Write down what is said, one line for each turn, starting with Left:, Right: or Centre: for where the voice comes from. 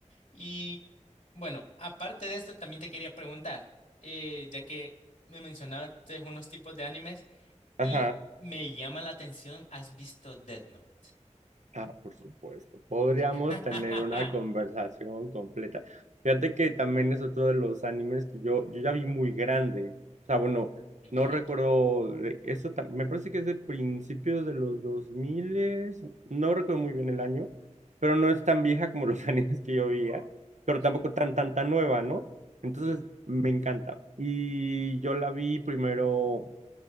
Left: Y bueno, aparte de esto, también te quería preguntar, eh, ya que me mencionaste unos tipos de animes.
Right: ajá.
Left: Y me llama la atención, ¿has visto Death Note?
Right: Ah, por supuesto. Podríamos
Left: <laughs>
Right: tener una conversación completa. Fíjate que también es otro de los animes que yo, yo ya vi muy grande. O sea, bueno,
Left: Okay,
Right: no recuerdo, de- eso tam- me parece que es de principios de los 2000, no recuerdo muy bien el año, pero no es tan vieja como los <laughs> animes que yo veía, pero
Left: okay,
Right: tampoco
Left: okay.
Right: tan, tan, tan nueva, ¿no? Entonces,
Left: Sí.
Right: me encanta. Y yo la vi primero